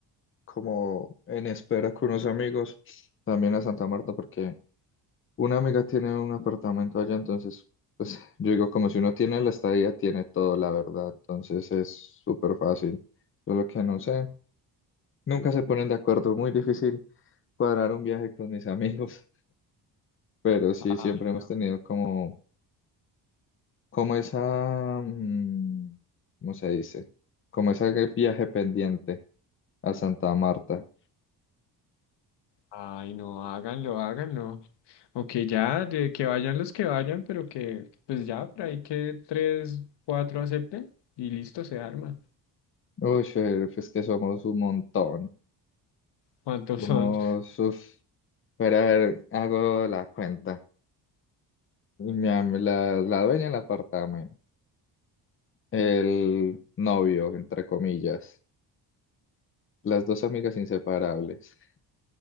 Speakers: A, on the left (about 30°); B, on the left (about 85°).
A: como en espera con unos amigos, también a Santa Marta, porque una amiga tiene un apartamento allá, entonces, pues yo digo, como si uno tiene la estadía, tiene todo, la verdad. Entonces es súper fácil. Solo que no sé, nunca se ponen de acuerdo, muy difícil cuadrar un viaje con mis amigos. Pero sí, siempre
B: Ay, no,
A: hemos tenido como, como esa, mm, ¿cómo se dice? Como ese viaje pendiente a Santa Marta.
B: ay, no, háganlo, háganlo. O que ya, de que vayan los que vayan, pero que pues ya por ahí que tres, cuatro acepten y listo, se arma.
A: Uy, eh, es que somos un montón.
B: ¿Cuántos
A: Somos,
B: son?
A: uf, pero a ver, hago la cuenta. Mi am- la, la dueña del apartamento, el novio, entre comillas, las dos amigas inseparables